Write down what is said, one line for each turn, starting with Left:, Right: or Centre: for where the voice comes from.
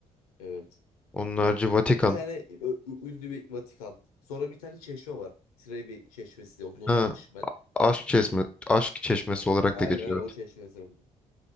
Left: Evet.
Centre: Onun harici Vatikan.
Left: Bir tane ö- ü- ünlü bir Vatikan. Sonra bir tane çeşme var. Trevi çeşmesi diye onu not
Centre: Ha,
Left: almıştım ben.
Centre: Aşk çeşme, aşk çeşmesi olarak
Left: Aynen
Centre: da geçiyor.
Left: aynen o çeşmesi.